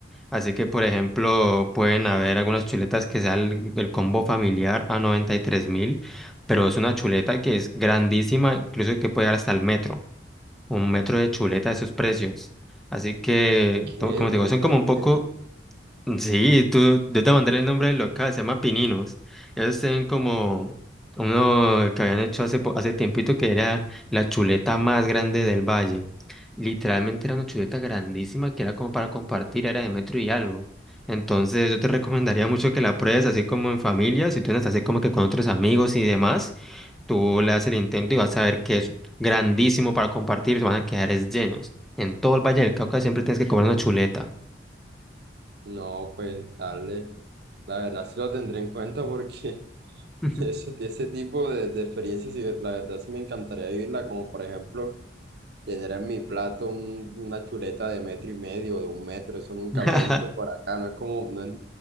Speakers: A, in the centre; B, on the right.
A: Así que, por ejemplo, pueden haber algunas chuletas que sean el, el combo familiar a 93 mil, pero es una chuleta que es grandísima, incluso que puede llegar hasta el metro un metro de chuleta de esos precios. Así que,
B: ¿Qué?
A: to- como
B: ¿Un
A: te digo,
B: metro
A: son como
B: de
A: un
B: chuleta?
A: poco, <laughs> sí, tú, yo te mandé el nombre del local, se llama Pininos. Ellos tienen como uno que habían hecho hace, po- hace tiempito que era la chuleta más grande del valle. Literalmente era una chuleta grandísima que era como para compartir, era de metro y algo. Entonces yo te recomendaría mucho que la pruebes así como en familia, si tú andas así como que con otros amigos y demás. Tú le das el intento y vas a ver que es grandísimo para compartir, se van a quedar es llenos. En todo el Valle del Cauca siempre tienes que comer una chuleta.
B: No, pues dale. La verdad sí lo tendré en cuenta porque
A: Ujú.
B: <laughs> ese, ese tipo de, de experiencias, sí, la verdad sí me encantaría vivirla, como por ejemplo. Tener en mi plato un- una chuleta de metro y medio, de un metro, eso nunca
A: <laughs>
B: lo he visto por acá, no es como, no, es-